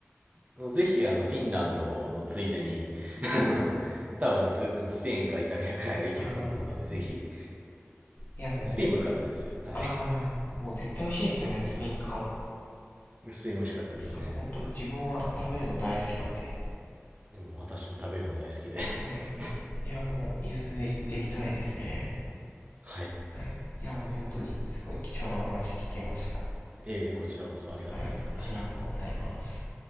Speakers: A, on the right; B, on the left.
A: あのぜひ、あの、フィンランドのついでに、<laughs> あの、多分ス、スペインかイタリアぐらいはいけると思うので、
B: あー
A: ぜひ、
B: いやもう、
A: スペインも良かったですよ。はい。
B: あー、もう絶対美味しいですよね、スペインとかも。い
A: スペイン美味しかったですね。
B: やもう本当自分は食べるの大好きなんで。
A: でも私も食べるの大好きで。<laughs>
B: はい。いやもう、いずれ行ってみたいですね。
A: はい。
B: はい。いやもう本当にすごい貴重なお話聞けました。
A: えー、こちらこそありがとうございました。
B: はい。ありがとうございます。